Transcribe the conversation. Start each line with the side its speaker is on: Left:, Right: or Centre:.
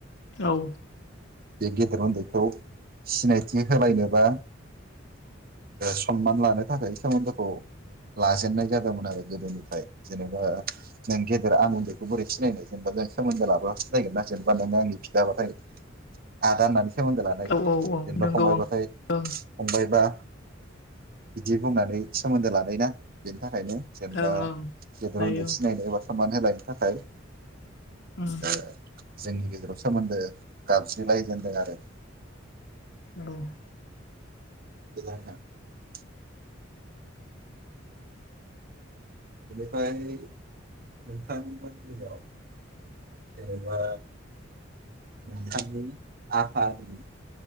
Left: औ
Right: बे गेदेर उन्दैखौ सिनायथि होलायनोबा सनमान लानो थाखाय सोमोन्दोखौ लाजेेननाय जादोंमोन आरो गोदोनिफ्राय जेन'बा नों गेदेर आं उन्दैखौ बोरै सिनायनो जेनोबा सोमोन्दो लाब्ला सिनायगोन ना जेनोबा नों आंनि बिदा बाथाय।
Left: <inaudible>
Right: आदा होननानै सोमोन्दो लानाय
Left: औ
Right: जेनोबा
Left: औ औ नंगौ
Right: फंबायबाथाय
Left: ओं ओं
Right: फंबायबा बिदि बुंनानै सोमोन्दो लानाय ना बेनि थाखाय नो जेनेबा
Left: ओं ओं
Right: गदेर
Left: लायो
Right: उन्दै सिनायनो एबा सनमान होलायनो थाखाय
Left: उम
Right: ओ जोंनि गेजेराव सोमोन्दो गाबज्रिलायजेनदों आरो
Left: औ।
Right: <unintelligible> बेनिफ्राय नोंथांमोन नियाव जेनोबा नोंथांनि आफानि